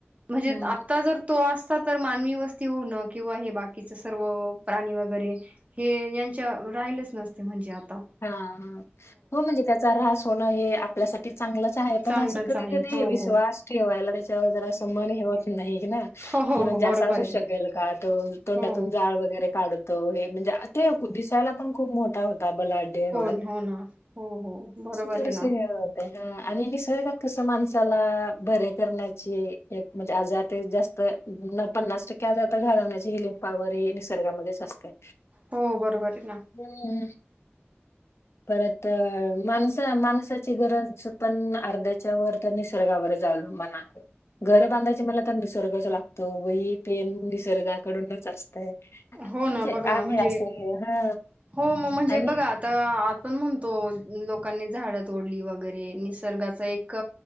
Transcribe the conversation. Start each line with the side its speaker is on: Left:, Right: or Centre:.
Right: म्हणजे?
Left: हम्म
Right: आता जर तो असता तर, मानवी वस्ती होणं, किंवा हे बाकीचे सर्व प्राणी वगैरे हे यांच्या राहिलेच नसते. म्हणजे? आता.
Left: हा.. हा.. हो म्हणजे? त्याचा ऱ्हास होणं हे आपल्यासाठी चांगलंच आहे. पण
Right: चांगलंच
Left: असं कधी,
Right: आहे
Left: कधी
Right: हो
Left: विश्वास
Right: हो
Left: ठेवायला. त्याच्यावर जरा असं मन हे व्हय नाही ना.
Right: हो हो
Left: कि म्हणजे,
Right: हो बरोबर
Left: असं असू
Right: आहे
Left: शकेल. तो तोंडातून
Right: हो
Left: जाळ वगैरे काढू तो हे म्हणजे? ते दिसायला पण खूप मोठा होता बलाढ्य. हो ते
Right: ना हो ना हो हो बरोबर
Left: थोडंसं
Right: आहे ना
Left: हे आणि निसर्गात का कस, माणसाला बरे करण्याची एक म्हणजे? आजार जास्त तर पन्नास टक्के आता घालवण्याची हि लिम पावर ही निसर्गामध्येच असतीया‌.
Right: हो बरोबर आहे ना
Left: हम्.... परत, माणसा माणसाची गरज पण, अर्ध्याच्या वर <inaudible> निसर्गावर अवलंबून आहे. घर बांधायची म्हणलं, तर निसर्गाच लागतो. वही, पेन निसर्गाकडूनच असतय.
Right: हो ना
Left: म्हणजे
Right: बघा ना
Left: आहे
Right: म्हणजे
Left: असं हे हा
Right: हो म म्हणजे
Left: आणि
Right: बघा. तर आपण म्हणतो लोकांनी झाडं तोडली वगैरे निसर्गाचा
Left: हम्म
Right: एक